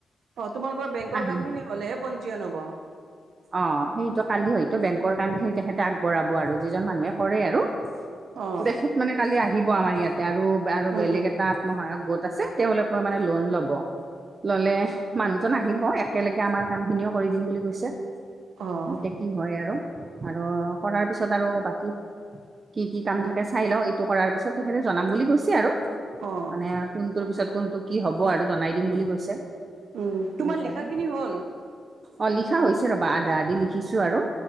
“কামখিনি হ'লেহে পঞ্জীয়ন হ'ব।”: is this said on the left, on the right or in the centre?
Right